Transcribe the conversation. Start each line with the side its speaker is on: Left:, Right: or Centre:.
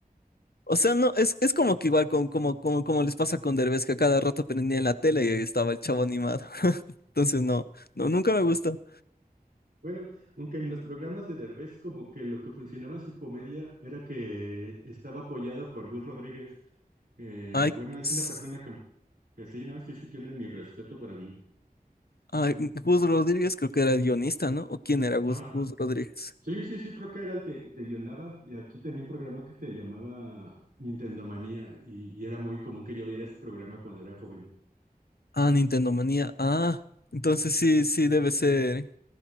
Left: O sea, no, es, es como que igual con, como, como, como les pasa con Derbez, que a cada rato prendía en la tele y ahí estaba el Chavo Animado. <laughs> Entonces no, no, nunca me gustó.
Right: Bueno, aunque en los programas de Derbez como que lo que funcionaba en su comedia era que estaba apoyado por Gus Rodríguez. Eh,
Left: Ay,
Right: bueno, es
Left: s-
Right: una persona que, que sí, ¿no? Sí, sí, tiene mi respeto para mí.
Left: ay, Gus Rodríguez creo que era el guionista, ¿no? ¿O quién era Gus,
Right: Ah,
Left: Gus Rodríguez?
Right: sí, sí, sí, creo que era el que, que guionaba y aquí tenía un programa que se llamaba Nintendo Manía y, y era muy común que yo viera ese programa cuando era joven.
Left: Ah, Nintendo Manía. Ah, entonces sí, sí debe ser.